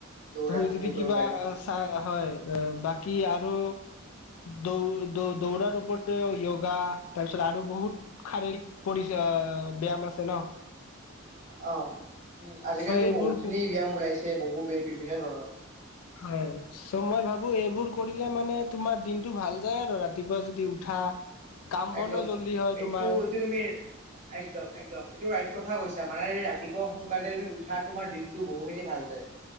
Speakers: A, on the right (about 35°); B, on the left (about 90°).
A: দৌৰা
B: তুমি যদি
A: বহুত
B: কিবা
A: দৰকাৰী
B: চা হয়। বাকি আৰু দৌ দৌৰাৰ য়োগা তাৰ পিছত আৰু বহুত শাৰীৰিক পৰিচ ব ব্যায়াম আছে ন।
A: অ', উম, আজিকালিতো
B: চ' এইবোৰ
A: বহুতখিনি ব্যায়াম ওলাইছে বহু বিভিন্ন ধৰণৰ।
B: হয় চ' মই ভাবো এইবোৰ কৰিলে মানে তোমাৰ দিনতটো ভাল যায় আৰু ৰাতিপুৱা যদি উঠা। কাম বনো
A: একদম
B: জল্দি হয়
A: এইটো
B: তোমাৰ
A: এইটো তুমি একদম একদম এইটো ৰাইট কথা কৈছ। মানে ৰাতিপুৱা সোনকালে তুমি উঠা তোমাৰ দিনটো বহু খিনি ভাল যায়।